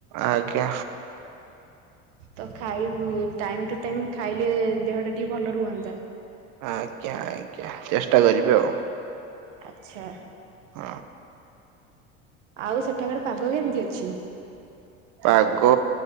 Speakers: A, on the right; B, on the right.
A: ଆଜ୍ଞା।
B: ତ ଖାଇବୁ ଟାଇମ୍ ଟୁ ଟାଇମ୍ ଖାଇଲେ ଦେହ ଟା ଟିକେ ଭଲ ରୁହନ୍ତା
A: ଆଜ୍ଞା ଆଜ୍ଞା ଚେଷ୍ଟା କରିବି ଆଉ।
B: ଆଚ୍ଛା।
A: ଅ
B: ଆଉ ସେଠାକାର ପାଗ କେମିତି ଅଛି?
A: ପାଗ